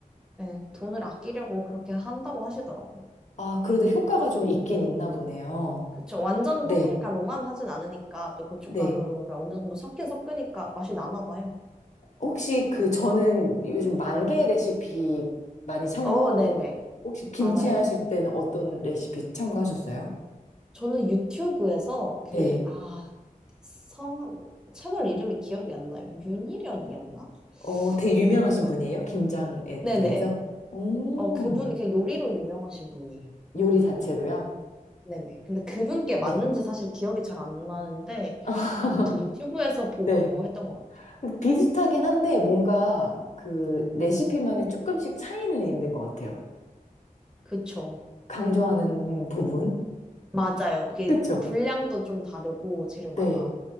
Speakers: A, in the centre; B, on the left.
A: 예, 돈을 아끼려고 그렇게 한다고 하시더라고요.
B: 아, 그래도 효과가 좀 있긴 있나 보네요.
A: 그쵸. 완전
B: 네,
A: 파프리카로만 하진 않으니까 또 고춧가루를
B: 네.
A: 어느 정도 섞긴 섞으니까 맛이 나나 봐요.
B: 혹시 그 저는 요즘 만개 레시피 많이 참고하거든요.
A: 어, 네네.
B: 혹시 김치
A: 알아요.
B: 하실
A: 네.
B: 때는 어떤 레시피 참고하셨어요?
A: 저는 유튜브에서
B: 네.
A: 그, 아, 성함, 채널 이름이 기억이 안 나요. 윤희련이었나?
B: 어, 되게 유명하신
A: 그분 걸
B: 분이에요?
A: 본 것 같아요.
B: 김장에
A: 네네.
B: 대해서? 오,
A: 어, 그분이 그냥 요리로 유명하신 분이에요.
B: 요리 자체로요?
A: 네네. 근데 그분께
B: 네.
A: 맞는지 사실 기억이 잘 안 나는데,
B: <laughs>
A: 아무튼 유튜브에서 보고
B: 네.
A: 했던 것 같아요.
B: 비슷하긴 한데 뭔가 그 레시피만의 조금씩 차이는 있는 것 같아요.
A: 그쵸.
B: 강조하는 부분.
A: 맞아요. 이게
B: 그쵸?
A: 분량도 좀 다르고, 재료마다.
B: 네.